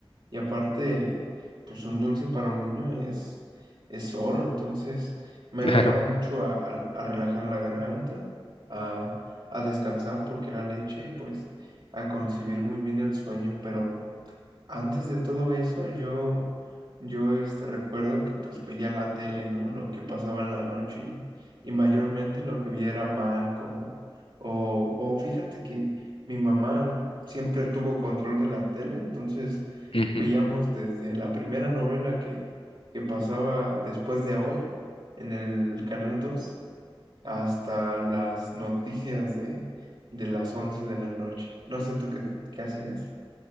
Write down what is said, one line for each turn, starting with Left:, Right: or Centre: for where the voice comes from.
Right: y aparte, pues un dulce para un niño es, es oro, entonces me
Left: <laughs> claro.
Right: ayudaba mucho a, a- a relajar la garganta, a, a descansar porque era leche y pues a concebir muy bien el sueño, pero antes de todo eso, yo, yo este, recuerdo que pues veía la tele, ¿no? Lo que pasaba en la noche y, y mayormente lo que vi era mal, como, o, o fíjate que mi mamá siempre tuvo control de la tele, entonces
Left: Ujú.
Right: veíamos desde la primera novela que, que pasaba después de hoy en el Canal 2 hasta las noticias de, de las 11 de la noche. No sé tú qué, qué hacías.